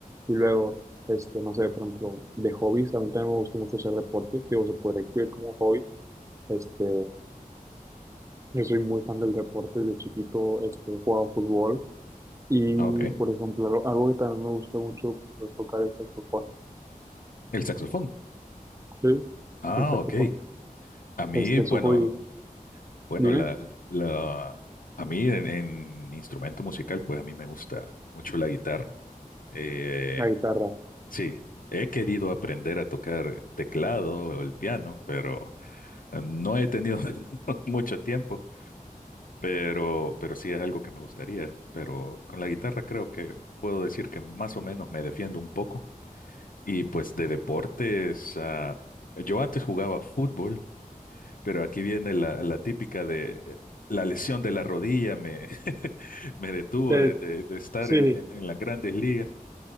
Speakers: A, on the right; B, on the left.
A: Y luego, este, no sé, por ejemplo, de hobbies, a mí también me gusta mucho hacer deporte, digo, se podría incluir como hobby, este, yo soy muy fan del deporte, desde chiquito, este, he jugado fútbol, y,
B: Ah, ok.
A: por ejemplo, algo algo que también me gusta mucho, por ejemplo, es tocar el saxofón.
B: El saxofón.
A: Sí,
B: Ah,
A: el saxofón.
B: ok. A mí,
A: Este
B: bueno,
A: es su hobby.
B: Bueno,
A: Dime,
B: la, la, a mí en, en instrumento musical, pues a mí me gusta mucho la guitarra. Eh,
A: la guitarra.
B: sí, he querido aprender a tocar teclado o el piano, pero no he tenido <laughs> mucho tiempo, pero, pero sí es algo que me gustaría. Pero con la guitarra creo que puedo decir que más o menos me defiendo un poco. Y pues de deportes, ah, yo antes jugaba fútbol Pero aquí viene la, la típica de eh, la lesión de la rodilla me, <laughs> me detuvo
A: Eh,
B: de, de- de estar
A: sí,
B: en, en- en las grandes ligas.